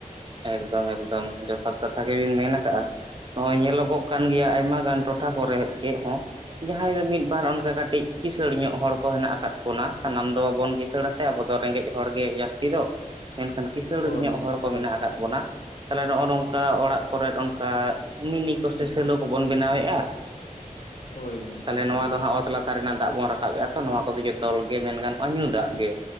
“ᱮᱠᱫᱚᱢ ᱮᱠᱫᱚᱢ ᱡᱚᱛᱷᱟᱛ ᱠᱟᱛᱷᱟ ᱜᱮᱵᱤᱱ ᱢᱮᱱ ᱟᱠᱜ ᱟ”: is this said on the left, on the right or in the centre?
Right